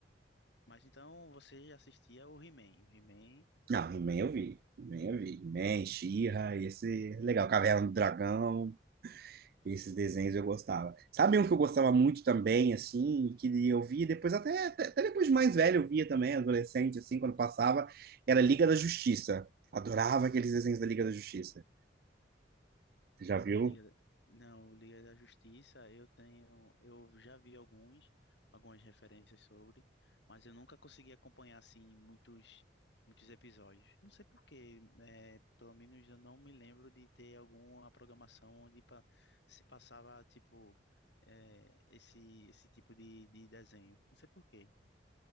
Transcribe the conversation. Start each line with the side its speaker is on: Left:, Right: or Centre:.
Left: Mas então você já assistia o He-Man. O He-Man
Right: Não, He-Man eu vi. He-Man eu vi. He-Man, She-Ra, esse... é Legal, Caverna do Dragão. Esses desenhos eu gostava. Sabe um que eu gostava muito também, assim, que eu via depois, até, até até depois de mais velho eu via também, adolescente, assim, quando passava, era Liga da Justiça. Adorava aqueles desenhos da Liga da Justiça. Você já viu?
Left: Liga, da- não, Liga da Justiça, eu tenho, eu já vi alguns, algumas referências sobre, mas eu nunca consegui acompanhar assim muitos, muitos episódios. Não sei por quê, é, pelo menos eu não me lembro de ter alguma programação onde pa- se passava tipo é, esse esse tipo de, de desenho. Não sei por quê.